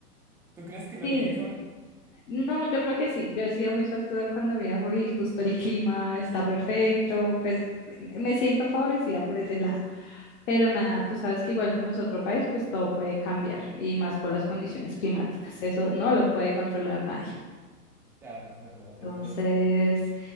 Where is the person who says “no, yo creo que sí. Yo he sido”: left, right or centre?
Left